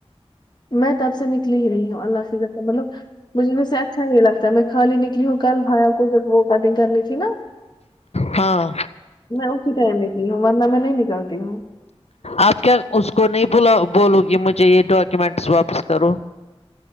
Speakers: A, on the left (about 40°); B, on the left (about 75°).
A: میں تب سے نکلی ہی رہی ہوں اللہ فظر مطلب مجھے ان سے اچھا نہیں لگتا ہے میں خالی نکلی ہوں کل بھائیاوں کو جو وہ کٹنگ کرنی تھی نا
B: ہاں
A: میں اسی ٹائم میں نکلی ہوں ورنہ میں نہیں نکلتی ہوں
B: آپ کیا اس کو نہیں بولا بولو گی مجھے یہ ڈاکومینٹس واپس کرو